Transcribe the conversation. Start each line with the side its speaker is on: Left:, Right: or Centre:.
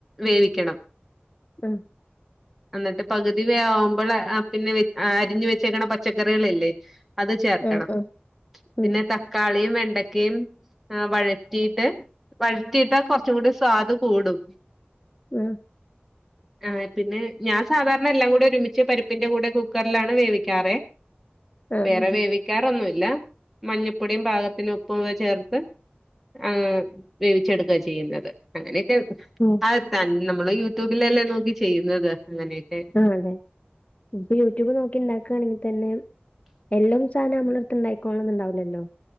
Centre: വേവിക്കണം.
Left: ആ
Centre: അന്നിട്ട് പക്‌തി വേവാവുമ്പള അ പിൻ വെ ആഹ് അരിഞ്ഞു വെച്ചേക്ക്ണ പച്ചക്കറികളില്ലെ അത് ചേർക്കണം
Left: ആഹ് ആഹ്
Centre: പിന്നെ
Left: ഉം
Centre: തക്കാളിയും വെ വെക്കേം ആ വഴറ്റീട്ട് വഴറ്റീട്ടാ കൊറച്ചു കൂടി സാദ് കൂടും.
Left: ആഹ്
Centre: ആ <unintelligible> പിന്നെ ഞാൻ സാധാര്ണ എല്ലാം കൂടി ഒരുമിച്ച് പരിപ്പിന്റെ കൂടെ കുക്കർലാണ് വേവിക്കാറെ
Left: ആഹ്
Centre: വേറെ വേവിക്കാറൊന്ന് ല്ല മഞ്ഞപ്പൊടിയും പാകത്തിന് ഉപ്പും ക്കെ ചേർത്ത് ആ... വേവിച്ചെട്ക്ക ചെയ്യുന്നത് അങ്ങനെ <unintelligible>
Left: ഉം
Centre: ആ തൻ നമ്മള് യൂട്യൂബിലല്ലെ നോക്കി ചെയ്യുന്നത് അങ്ങനെയൊക്കെ
Left: ആഹ അതെ ഇപ്പൊ യൂട്യൂബ് നോക്കി ണ്ടാക്കയാണെങ്കി തെന്നെ എല്ലും സാധ മ്മളെട്ത്ത് ണ്ടായിക്കോൾള്ളംന്ന്ണ്ടാവ് ലല്ലോ.?